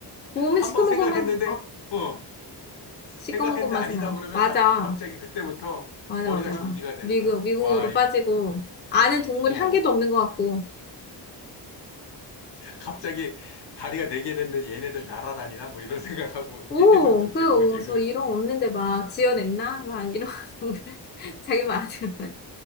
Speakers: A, on the left (about 25°); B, on the left (about 75°).
A: 보면
B: 한번
A: 시커먼
B: 생각했는데,
A: 것만, 어,
B: 어, 생각했는데
A: 시커먼 것만
B: 아니다
A: 생각.
B: 그러면
A: 맞아.
B: 갑, 갑자기 그때부터
A: 맞아,
B: 머리가
A: 맞아.
B: 정지가 되는
A: 미궁,
B: 거야.
A: 미궁으로
B: 와, 이,
A: 빠지고, 아는 동물이
B: 어,
A: 한 개도 없는 것 같고.
B: 갑자기 다리가 네 개 됐는데 얘네들 날아다니나? 뭐 이런 생각하고
A: 오,
B: <laughs> 얘네들 도대체
A: 그래서
B: 뭐지? 그래?
A: 이런 거 없는데 막 지어냈나? 막 이런 <laughs> 자기 말안는 거야.